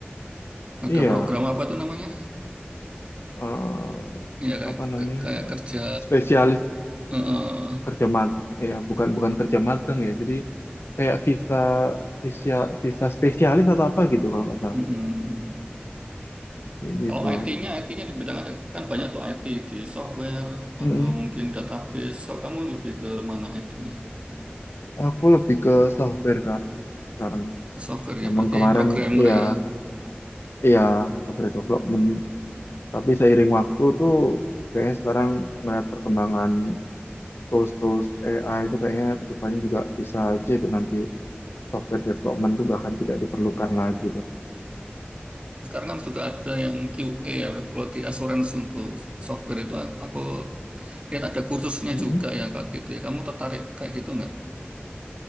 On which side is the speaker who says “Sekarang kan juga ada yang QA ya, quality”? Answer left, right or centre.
Right